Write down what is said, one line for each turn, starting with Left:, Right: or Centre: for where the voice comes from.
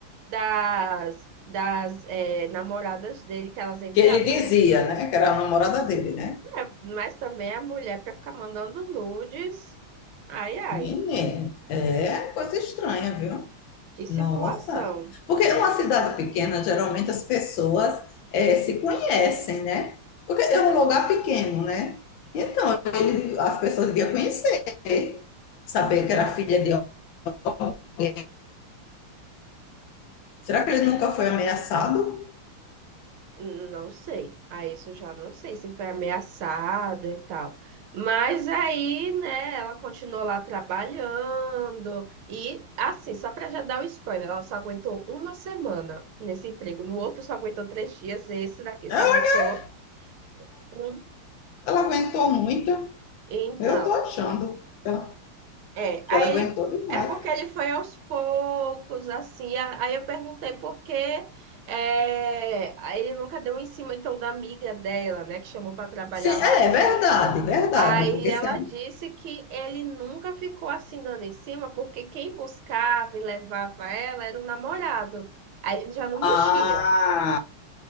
Right: das, das eh, namoradas dele que elas enviavam.
Left: Que ele dizia,
Right: E eu,
Left: né? Que era a namorada dele, né?
Right: é, mas também a mulher para ficar mandando nudes. Ai, ai,
Left: Menina, é coisa estranha, viu?
Right: que situação.
Left: Nossa. Porque numa cidade pequena, geralmente as pessoas eh, se conhecem, né? Porque é um lugar pequeno, né? Então, ele- as pessoas deviam conhecer, saber que era filha de alguém. Será que ele nunca foi ameaçado?
Right: Não sei. Aí isso eu já não sei se foi ameaçada e tal. Mas aí, né, ela continuou lá trabalhando. E, assim, só pra já dar o spoiler, ela só aguentou uma semana nesse emprego. No outro só aguentou três dias, esse daqui
Left: Ela
Right: só aguentou um.
Left: ela aguentou muito.
Right: Então,
Left: Eu tô achando que ela,
Right: é.
Left: que
Right: Aí
Left: ela aguentou
Right: ele-
Left: demais.
Right: é porque ele foi aos poucos, assim. a- Aí eu perguntei por quê. É, aí ele nunca deu em cima, então, da amiga dela, né, que chamou pra trabalhar
Left: Sim, é
Right: lá.
Left: verdade, verdade.
Right: Aí
Left: Porque
Right: ela
Left: se a
Right: disse que ele nunca ficou assim dando em cima, porque quem buscava e levava ela era o namorado. Aí ele já não
Left: Ah,
Right: mexia.